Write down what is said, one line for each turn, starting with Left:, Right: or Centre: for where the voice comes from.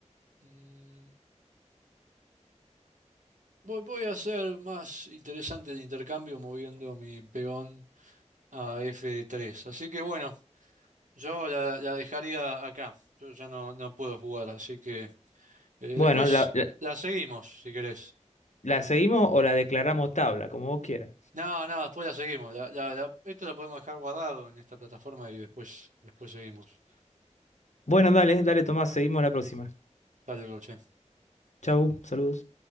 Right: mm, voy, voy a hacer más interesante el intercambio moviendo mi peón a F3. Así que bueno, yo la, la dejaría acá. Yo ya no, no puedo jugar, así que eh, después
Left: Bueno, la, la
Right: la seguimos, si querés.
Left: la seguimos o la declaramos tabla, como vos quieras.
Right: No, no, después la seguimos. La, la- la- esto lo podemos dejar guardado en esta plataforma y después, después seguimos.
Left: Bueno, dale, dale, Tomás, seguimos la próxima.
Right: Dale, che.
Left: Chau, saludos.